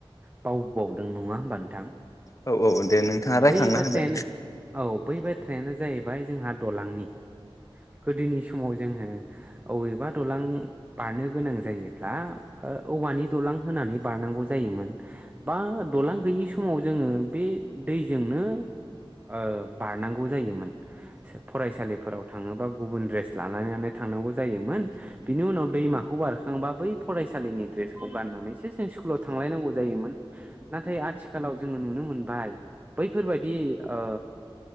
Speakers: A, on the right (about 20°); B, on the left (about 35°).
A: बावबावदों नङा होमबा नोंथां
B: औ औ दे नोंथाङा रायखांना
A: बै बाथ्रायानो
B: होदों
A: औ बै बाथ्रायानो जाहैबाय जोंहा दलांनि गोदोनि समाव जोङो अबेबा दालां बारनो गोनां जायो ब्ला ओ औवानि दलां होनानै बारनांगौ जायोमोन बा दलां गैयै समाव जोङो बे दैजोंनो ओ बारनांगौ जायोन फरायसालिफोराव थाङोबा गुबन द्रेस लालायनानै थांनांगौ जायोमोन बिनि उनाव दैमाखौ बारखांबा बै फरायसालिनि ड्रेसखौ गाननानैसो जों स्कुलाव थांलायनांगौ जायोमोन नाथाय आथिखालाव जोङो नुनो मोनबाय बैफोरबायादि ओ